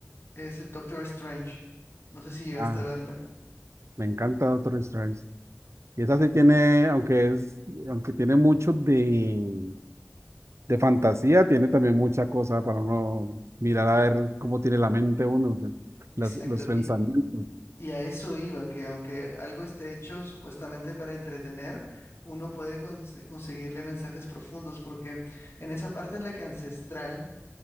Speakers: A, on the left; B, on the right.
A: es Doctor Strange. No sé si llegaste
B: ah,
A: a verla.
B: me encanta Doctor Strange. Y esa sí tiene, aunque es, aunque tiene mucho de, de fantasía, tiene también mucha cosa para uno mirar a ver cómo tiene la mente uno,
A: Exacto.
B: las- los pensamientos.
A: Y Y a eso iba, que aunque algo esté hecho supuestamente para entretener, uno puede cons- conseguirle mensajes profundos, porque en esa parte en la que Ancestral